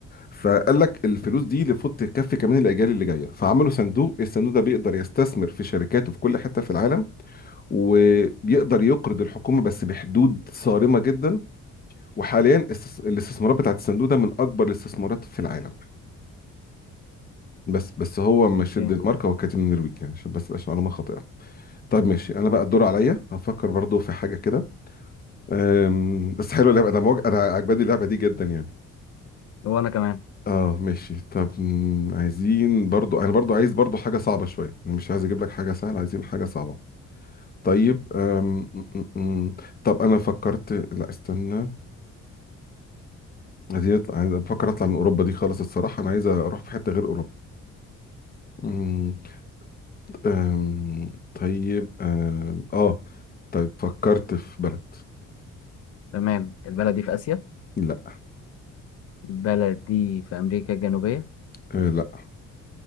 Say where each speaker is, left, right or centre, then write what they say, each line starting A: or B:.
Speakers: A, on the left (about 30°); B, on the left (about 55°).
A: فقال لك الفلوس دي المفروض تكفي كمان الاجيال اللي جايه فعملوا صندوق الصندوق ده بيقدر يستثمر في شركاته في كل حته في العالم وبيقدر يقرض الحكومه بس بحدود صارمه جدا وحاليا الاستس- الاستثمارات بتاعت الصندوق ده من اكبر الاستثمارات في العالم بس بس هو مش
B: اوكي
A: الدنمارك هو كانت النرويج يعني عشان بس مبقاش معلومه خاطئه طيب ماشي انا بقى الدور عليا هفكر برضو في حاجه كده أم، بس حلو اللعبه انا موج... انا عجباني اللعبه دي جدا يعني
B: وانا كمان
A: اه ماشي طب مم، عايزين برضو انا برضو عايز برضو حاجه صعبه شويه انا مش عايز اجيب لك حاجه سهله عايزين حاجه صعبه طيب أم... م- م- م. طب انا فكرت لا استنى عايزين نطلع عايز بفكر اطلع من اوروبا دي خالص الصراحه انا عايز اروح في حته غير اوروبا أم، طيب أم، اه طيب فكرت في بلد
B: تمام البلد دي في اسيا
A: لا
B: البلد دي في امريكا الجنوبية
A: أه لا